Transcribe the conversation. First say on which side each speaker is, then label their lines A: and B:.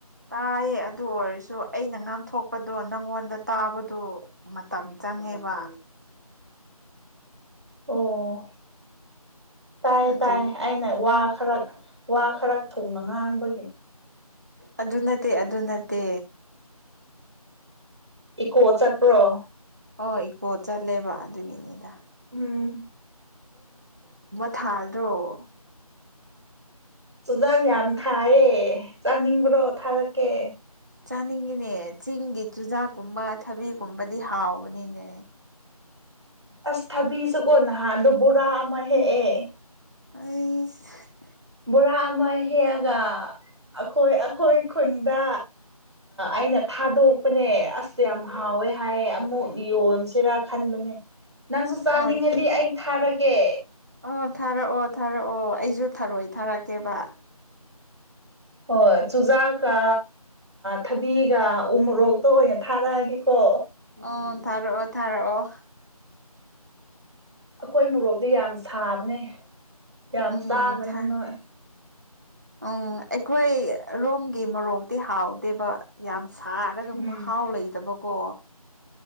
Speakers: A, on the right; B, on the right.
A: ꯇꯥꯏꯌꯦ ꯑꯗꯨ ꯑꯣꯏꯔꯁꯨ ꯑꯩꯅ ꯉꯥꯡꯊꯣꯛꯄꯗꯣ ꯅꯪꯉꯣꯟꯗ ꯇꯥꯕꯗꯤ ꯃꯇꯝ ꯆꯪꯉꯦ ꯉꯦꯕ
B: ꯑꯣ ꯇꯥꯏꯌꯦ
A: ꯑꯗꯨꯏ
B: ꯇꯥꯏꯌꯦ ꯑꯩꯅ ꯋꯥ ꯈꯔꯛ ꯋꯥ ꯈꯔ ꯊꯣꯡꯅ ꯉꯥꯡꯕ
A: ꯑꯗꯨ ꯅꯠꯇꯦ ꯑꯗꯨ ꯅꯠꯇꯦ
B: ꯏꯀꯣ ꯆꯄ꯭ꯔꯣ
A: ꯑꯣ ꯏꯀꯣ ꯆꯠꯂꯦꯕ ꯑꯗꯨꯒꯤꯅꯤꯗ
B: ꯎꯝ
A: ꯊꯥꯔꯣ
B: ꯆꯨꯖꯥꯛ ꯌꯥꯝ ꯊꯥꯏꯌꯦ ꯆꯥꯅꯤꯡꯕ꯭ꯔꯣ ꯊꯥꯔꯛꯀꯦ
A: ꯆꯥꯅꯤꯡꯉꯤꯅꯦ ꯆꯤꯡꯒꯤ ꯆꯨꯖꯥꯛꯀꯨꯝꯕ ꯊꯕꯤꯒꯨꯝꯕꯗꯤ ꯍꯥꯎꯕꯅꯤꯅꯦ
B: ꯑꯁ ꯊꯕꯤꯁꯨꯀꯣ ꯅꯍꯥꯟꯗꯣ ꯕꯣꯔꯥ ꯑꯃ ꯍꯦꯛꯑꯦ
A: ꯑ
B: ꯕꯣꯔꯥ ꯑꯃ ꯍꯦꯛꯑꯒ ꯑꯩꯈꯣꯏ ꯑꯩꯈꯣꯏ ꯈꯨꯟꯗ ꯑꯩꯅ ꯊꯥꯗꯣꯛꯄꯅꯦ ꯑꯁꯁꯨ ꯌꯥꯝ ꯍꯥꯎꯋꯦ ꯍꯥꯏꯌꯦ ꯑꯃꯨꯛ ꯌꯣꯟꯁꯤꯔꯥ ꯈꯟꯕꯅꯦ ꯅꯪꯁꯨ ꯆꯥꯅꯤꯡꯉꯗꯤ
A: ꯑꯣ
B: ꯑꯩ ꯊꯥꯔꯒꯦ
A: ꯑꯣ ꯊꯥꯔꯛꯑꯣ ꯊꯥꯔꯛꯑꯣ ꯑꯩꯁꯨ ꯊꯥꯔꯣꯏꯏ ꯊꯥꯔꯛꯀꯦꯕ
B: ꯍꯣꯏ ꯆꯨꯖꯥꯛꯀ ꯊꯕꯤꯒ ꯎ ꯃꯣꯔꯣꯛꯇ ꯑꯣꯏꯅ ꯊꯥꯔꯛꯑꯒꯦꯀꯣ
A: ꯑꯣ ꯊꯥꯔꯛꯑꯣ ꯊꯥꯔꯛꯑꯣ
B: ꯑꯩꯈꯣꯏ ꯃꯣꯔꯣꯛꯇꯤ ꯌꯥꯝ ꯁꯥꯕꯅꯦ ꯌꯥꯝ
A: ꯎꯝ
B: ꯆꯥꯒꯅ
A: ꯊꯥ
B: ꯅꯣꯏ
A: ꯎꯝ ꯑꯩꯈꯣꯏ ꯔꯣꯝꯒꯤ ꯃꯣꯔꯣꯛꯇꯤ ꯍꯥꯎꯗꯦꯕ ꯌꯥꯝ ꯁꯥꯔꯒ
B: ꯎꯝ
A: ꯃꯍꯥꯎ ꯂꯩꯇꯕꯀꯣ